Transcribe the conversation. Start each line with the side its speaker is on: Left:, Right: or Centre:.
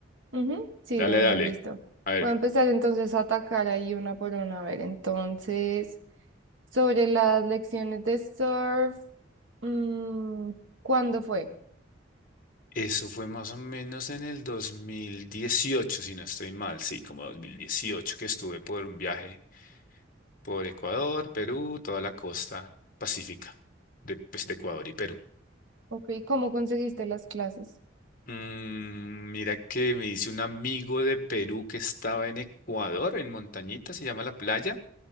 Right: ujú, Sí,
Left: Dale,
Right: de una,
Left: dale.
Right: listo.
Left: A ver,
Right: Voy a empezar entonces a atacar ahí una por una. A ver, entonces, sobre las lecciones de surf, mm, ¿cuándo fue?
Left: eso fue más o menos en el 2018, si no estoy mal, sí, como 2018 que estuve por un viaje por Ecuador, Perú, toda la costa pacífica de, pues, de Ecuador y Perú.
Right: Ok, ¿cómo conseguiste las clases?
Left: Mm, mira que me dice un amigo de Perú que estaba en Ecuador, en Montañita, se llama la playa.